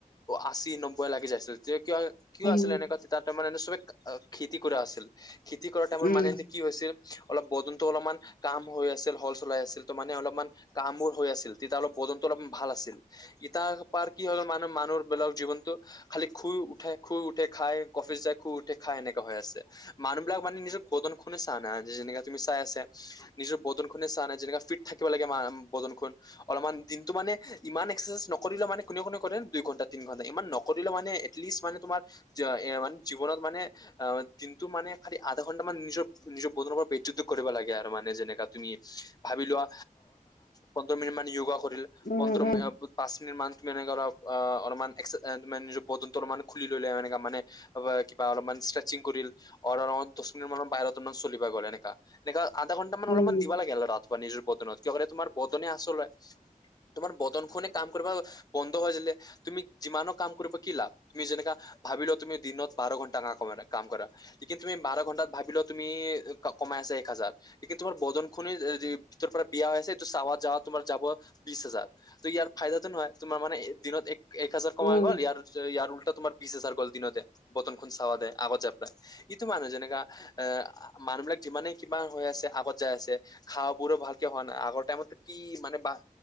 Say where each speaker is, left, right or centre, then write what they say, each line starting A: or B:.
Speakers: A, on the left; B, on the left.
A: আচি নব্বৈ লাগি যায়। আছিল তেয়া কিয় কিয়
B: উম,
A: আছিল এনেকুৱা তাৰ টাইমৰ এনে চবে খেতি কৰা আছিল। খেতি কৰা টাইমৰ
B: উম,
A: মানে কি হৈছিল। অলপ বদনতো অলপমান কাম হৈ আছিল। হল চলাই আছিল। ত মানে অলপমান কামোৰ হৈ আছিল। তেতিয়া অলপ তদন্ত অলপ ভাল আছিল ইতাৰ পাৰ কি হৈল মানহ মানুহৰবলাকৰ জীৱনটো খালি শুই উঠে। খুই উঠে খাই কফিচ যাই খুই উঠে খাই এনেকা হৈ আছে। মানুহ বিলাক মানে নিজৰ বদন খুনে চা নাই। যেনে তুমি চাই আছে নিজৰ বদন খুনে চা নাই যেনে ফিট থাক থিব লাগে বন খ অলপমান দিনটো মানে ইমান এক্ৰচাইজ নকৰিলে মানে কোনে কোনে কৰে দুই ঘন্টা। ম ম ইমান নকৰিলেও মানে এটলিষ্ট মানে তোমাৰ জ জীৱনত মানে অ মানে খালি আধা ঘন্টা মান নিজৰ নিজৰ বদন <unintelligible> জেনেকা তুমি ভাবি লোৱা পোন্ধৰ মিনিটমান য়োগা কৰি
B: উম,
A: পোন্ধৰ
B: উম,
A: পাঁচ মিনিটমান <unintelligible> এ তমাৰ নিজৰ বদনটো অলপমান খুলি ললে এ মান কিবা অলপমান ষ্ট্ৰেচিং কৰিল অ অ। দছ মিনিট মান বাহিৰত মান চলিব গল এনেকা এনেকা আধা ঘণ্টা মান
B: উম,
A: অলপমান দিব লাগে ৰা। নিজৰ বতনত কিয় কৰে। তোমাৰ বতনে আচল হয়। তোমাৰ বতন খনে কাম কৰবা ব হৈ তুমি যিমানো কাম কৰিব কি লাভ। তুমি যেনেকা ভাবিলা তুমি দিনত বাৰ ঘন্টা কমা কাম কৰা। লকু তুমি বাৰ ঘন্টাত ভাবিল তুমি কমাই আ এক হাজাৰ লকু তোমাৰ বদন খুনিৰ <unintelligible> ৰ পৰা বিয়া হৈ আছেটো চাৱাত যাৱাত তোমাৰ যাব বিছ হাজাৰ। ত ইয়াৰ ফাইদাটো নহয় তোমাৰ মানে দিনত এক হাজাৰ কমাই
B: উম, উম,
A: গল ইয়াৰ ইয়াৰ উল্টা তোমাৰ বিছ এ চাৰ গল দিনতে বতনখন খ চাৱা দে আগত যাব। ইটো মানুহ যেনেকা এ মানুহ বিলাক যিমানে কিবা হৈ আছে আগত যাই আছে খা পুৰা ভালকে হোৱা নাই। আগৰ টাইমত কি মানে বা